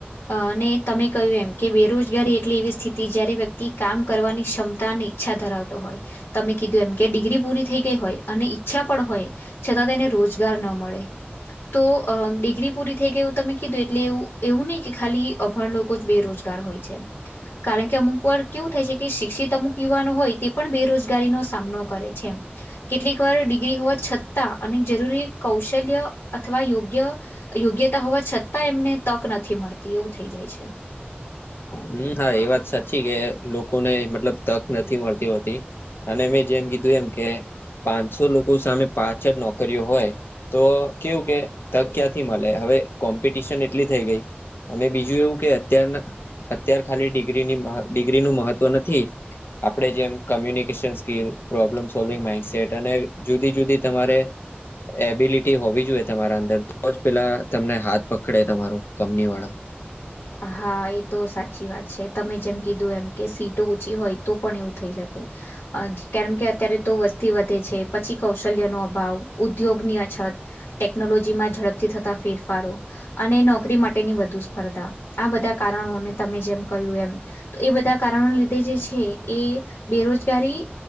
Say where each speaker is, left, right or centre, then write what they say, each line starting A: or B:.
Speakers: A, on the left; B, on the left.
A: અને તમે કહ્યું એમ કે બેરોજગારી એટલી એવી સ્થિ તી જ્યારે વ્યક્તિ કામ કરવાની ક્ષમતા અને ઈચ્છા ધરાવતો હોય તમે કીધું એમ કે ડિગ્રી પૂરી થઈ ગઈ હોય અને ઈચ્છા પણ હોય છતાં તેને રોજગાર ન મળે તો અમ ડી ગ્રી પૂરી થઈ ગઈ એવું તમે કીધું એટલે એવું એવું નહીં કે ખાલી અભાણ લોકો જ બેરોજગાર હોય છે કારણ કે અમુક વાર કેવું થાય છે કે શિક્ષિત અમુક યુવાનો હોય તે પણ બેરોજગારીનો સામનો કરે છે એમ કેટલીક વાર ડિગ્રી હોવા છતાં અને જરૂરી કૌશલ્ય અથવા યોગ્ય યોગ્યતા હોવા છતાં એમને તક નથી મળતી એવું થઈ જાય છે
B: હમ હા એ વાત સાચી કે લોકોને મતલબ તક નથી મળતી હોતી. અને મેં જેમ કીધું એમ કે પાંચસો લોકો સામે પાછળ નોકરીઓ હોય. તો કેવું કે તક ક્યાંથી મળે હવે કોમ્પિટિશન એટલી થઈ ગઈ. અને બીજું એવું કે અત્યાર અત્યાર ખાલી ડિગ્રીની ડિગ્રી નું મહત્વ નથી. આપણે જેમ કમ્યુનિકેશન સોલ્વિંગ માઇન્ડસેટ અને જુદી જુદી તમારે. એબિલિટી હોવી જોઈએ તમારા અંદર તો જ પેલા તમને હાથ પકડે તમારું કમની વાળા.
A: હા એ તો સાચી વાત છે તમે જેમ કીધું એમ કે સીટો ઓછી હોય તો. પણ એવું થઈ શકે. કેમ કે અત્યારે તો વસ્તી વધે છે પછી કૌશલ્યનો અભાવ ઉદ્યોગની અછત. ટેકનોલોજીમાં ઝડપથી થતાં ફેરફારો અને નોકરી માટેની વધુ સ્પર્ધા. આ બધા કારણોને તમે જેમ કહ્યું એમ તો એ બધા કારણો લીધે જે છે એ બેરોજગારી.